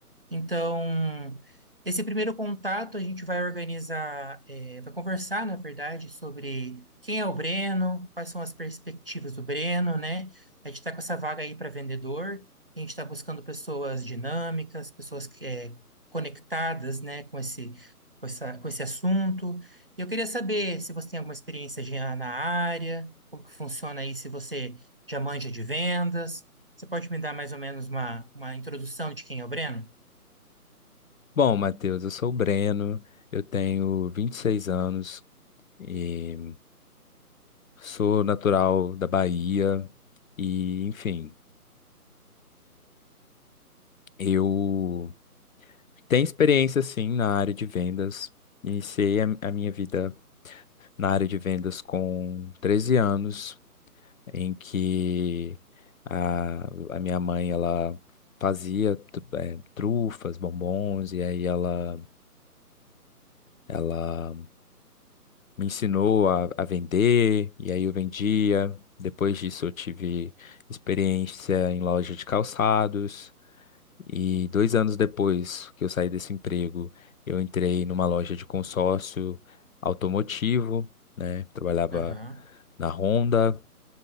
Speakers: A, on the right; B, on the left.
A: Então, esse primeiro contato a gente vai organizar, eh, vai conversar, na verdade, sobre quem é o Breno, quais são as perspectivas do Breno, né? A gente está com essa vaga aí para vendedor, a gente está buscando pessoas dinâmicas, pessoas que, eh, conectadas, né, com esse, com essa, com esse assunto. E eu queria saber se você tem alguma experiência já na área, como que funciona aí, se você já manja de vendas. Você pode me dar mais ou menos uma, uma introdução de quem é o Breno?
B: Bom, Matheus, eu sou o Breno, eu tenho 26 anos e sou natural da Bahia e, enfim, eu tenho experiência sim na área de vendas. Iniciei a a minha vida na área de vendas com 13 anos, em que a, a minha mãe ela fazia tu- eh, trufas, bombons e aí ela ela me ensinou a, a vender, e aí eu vendia. Depois disso, eu tive experiência em loja de calçados. E dois anos depois que eu saí desse emprego, eu entrei numa loja de consórcio automotivo, né? Trabalhava
A: Aham,
B: na Honda.